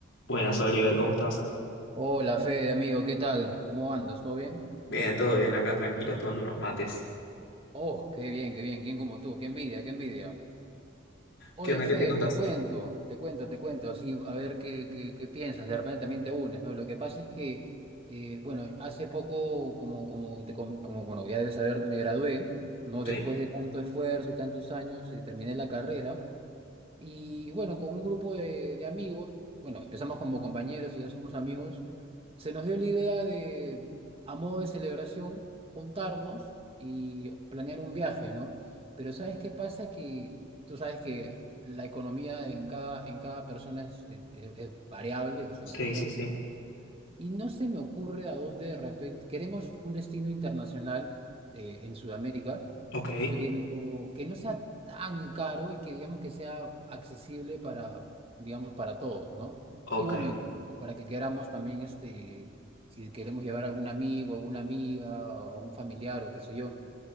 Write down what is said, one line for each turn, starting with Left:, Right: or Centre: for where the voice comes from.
Left: Buenas, Oliver, ¿cómo estás?
Right: Hola Fede, amigo, ¿qué tal? ¿Cómo andas? ¿Todo bien?
Left: Bien, todo bien, acá tranquilo, tomando unos mates.
Right: Oh, qué bien, qué bien, ¿quién como tú? ¡Qué envidia, qué envidia!
Left: ¿Qué
Right: Oye
Left: onda?
Right: Fede,
Left: ¿Qué te contás?
Right: te cuento, te cuento, te cuento, así a ver qué, qué, qué piensas, de repente también te unes, ¿no? Lo que pasa es que, eh, bueno, hace poco, como, como, te com- como, bueno, ya debes saber, me gradué, ¿no?
Left: Sí.
Right: Después de tanto esfuerzo y tantos años, eh, terminé la carrera. Y bueno, con un grupo de, de amigos, bueno, empezamos como compañeros y ya somos amigos, se nos dio la idea de, a modo de celebración, juntarnos y planear un viaje, ¿no? Pero ¿sabes qué pasa? Que tú sabes que la economía en cada, en cada persona es, es, es variable, o sea,
Left: Sí,
Right: no todos...
Left: sí, sí.
Right: Y no se me ocurre a dónde de repente, queremos un destino internacional eh, en Sudamérica,
Left: Ok,
Right: pero que no sea tan caro y que digamos que sea accesible para, digamos, para todos, ¿no?
Left: ok.
Right: Y bueno, y y para que queramos también, este, si queremos llevar a algún amigo, alguna amiga, o un familiar o qué sé yo,